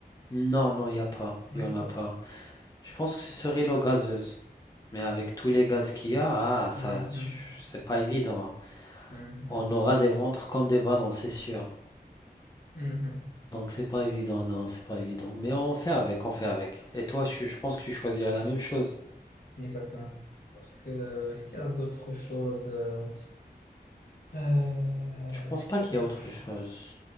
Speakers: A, on the left; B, on the left.
A: Non, non, il n'y a pas.
B: Non,
A: Il n'y
B: y a
A: en
B: pas.
A: a pas. Je pense que ce serait l'eau gazeuse. Mais avec tous les gaz qu'il y a, ah, ça,
B: Mhm,
A: tu- c'est pas évident. hein.
B: mhm,
A: On aura des ventres comme des ballons, c'est sûr.
B: mhm.
A: Donc c'est pas évident, non, c'est pas évident. Mais on fait avec, on fait avec. Et toi, je, je pense que tu choisirais la même chose.
B: Exactement. Parce que est-ce qu'il y a d'autres choses? euh, Euh,
A: Je pense
B: est-ce
A: pas
B: qu'il
A: qu'il
B: y a d'autres
A: y a autre
B: choses?
A: chose.